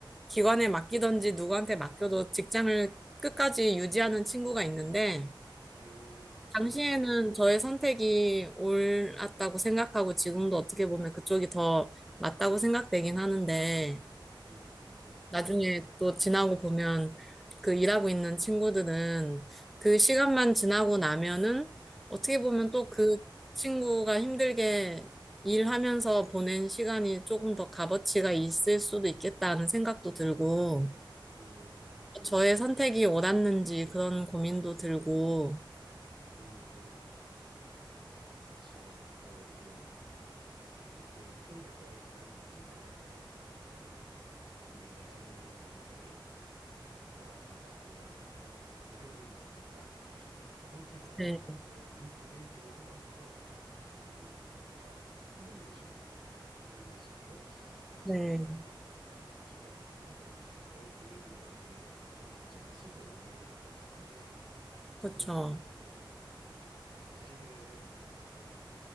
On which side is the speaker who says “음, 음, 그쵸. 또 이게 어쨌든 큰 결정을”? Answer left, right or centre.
Right